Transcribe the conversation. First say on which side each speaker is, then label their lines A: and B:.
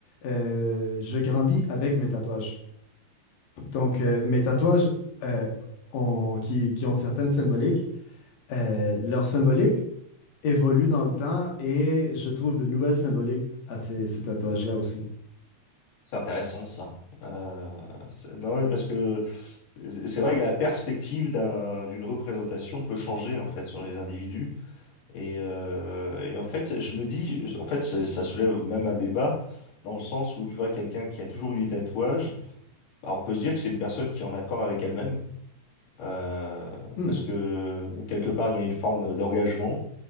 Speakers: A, on the left (about 65°); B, on the left (about 85°).
A: euh, je grandis avec mes tatouages. Donc, euh, mes tatouages euh, ont- qui, qui ont certaines symboliques, euh, leur symbolique évolue dans le temps et je trouve de nouvelles symboliques à ces, ces tatouages-là aussi.
B: C'est intéressant, ça. Euh, c'est- non, ouais, parce que C'est vrai que la perspective d'un, d'une représentation peut changer en fait sur les individus et, euh, et en fait je me dis en fait ça ça soulève même un débat dans le sens où tu vois quelqu'un qui a toujours eu des tatouages bah, on peut se dire que c'est une personne qui est en accord avec elle-même euh,
A: Mhm.
B: parce que quelque part il y a une forme d'engagement